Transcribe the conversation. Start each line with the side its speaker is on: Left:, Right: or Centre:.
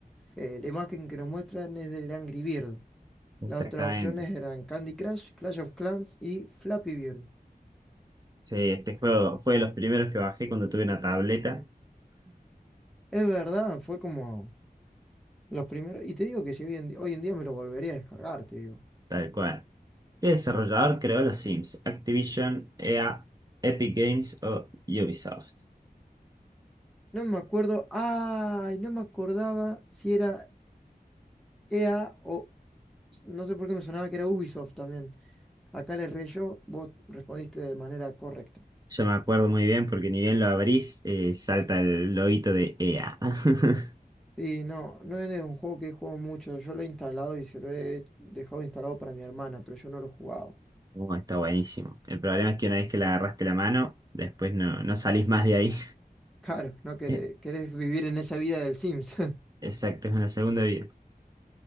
Centre: Eh, la imagen que nos muestran es del Angry Bird.
Right: exactamente.
Centre: Las otras opciones eran Candy Crush, Clash of Clans y Flappy Bird.
Right: Sí, este juego fue de los primeros que bajé cuando tuve una tableta,
Centre: Es verdad, fue como los primeros. Y te digo que si hoy en, di- hoy en día me lo volvería a descargar, te digo.
Right: tal cual. ¿Qué desarrollador creó los Sims? Activision, EA, Epic Games o Ubisoft.
Centre: No me acuerdo. ¡Ay! No me acordaba si era EA o. No sé por qué me sonaba que era Ubisoft también. Acá le erré yo, vos respondiste de manera correcta.
Right: Yo me acuerdo muy bien porque ni bien lo abrís, eh, salta el loguito de EA. <laughs>
Centre: Y no, no es un juego que he jugado mucho. Yo lo he instalado y se lo he dejado instalado para mi hermana, pero yo no lo he jugado.
Right: Oh, está buenísimo. El problema es que una vez que le agarraste la mano, después no, no salís más de ahí. <laughs>
Centre: Claro, no querés,
Right: Eh,
Centre: querés vivir en esa vida del Sims. <laughs>
Right: Exacto, es una segunda vida.